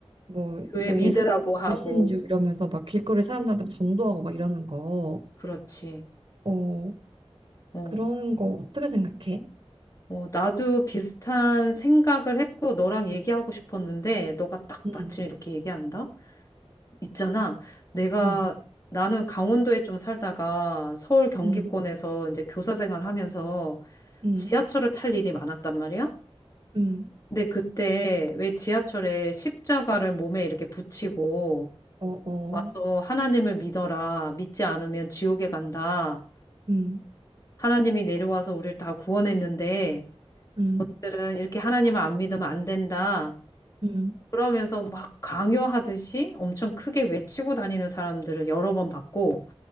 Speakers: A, on the right (about 45°); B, on the left (about 30°).
A: 뭐,
B: 교회
A: 뭐
B: 믿으라고
A: 예수처럼
B: 하고,
A: 불신주 이러면서 막 길거리 사람들한테 전도하고 막 이러는 거,
B: 그렇지.
A: 어,
B: 어,
A: 그런 거 어떻게 생각해?
B: 어, 나도 비슷한 생각을 했고, 너랑 얘기하고 싶었는데, 너가 딱
A: 음,
B: 마침 이렇게 얘기한다? 있잖아. 내가,
A: 음,
B: 나는 강원도에 좀 살다가 서울 경기권에서
A: 음,
B: 이제 교사 생활 하면서
A: 음.
B: 지하철을 탈 일이 많았단 말이야.
A: 음,
B: 근데 그때 왜 지하철에 십자가를 몸에 이렇게 붙이고
A: 어, 어,
B: 와서 하나님을 믿어라. 믿지 않으면 지옥에 간다.
A: 음,
B: 하나님이 내려와서 우리를 다 구원했는데
A: 음,
B: 들은 이렇게 하나님을 안 믿으면 안 된다.
A: 음,
B: 그러면서 막 강요하듯이 엄청 크게 외치고 다니는 사람들을 여러 번 봤고